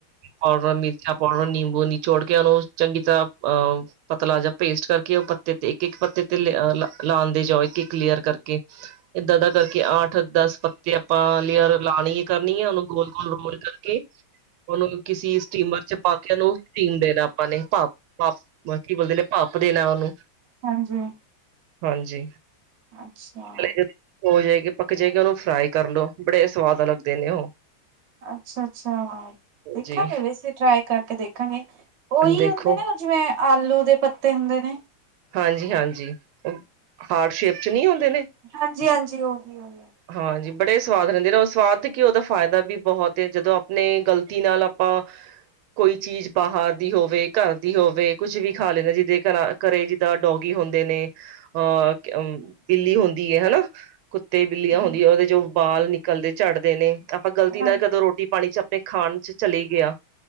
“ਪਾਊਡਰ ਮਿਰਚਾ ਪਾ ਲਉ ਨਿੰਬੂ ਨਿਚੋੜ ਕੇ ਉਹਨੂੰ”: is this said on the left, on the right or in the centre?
Right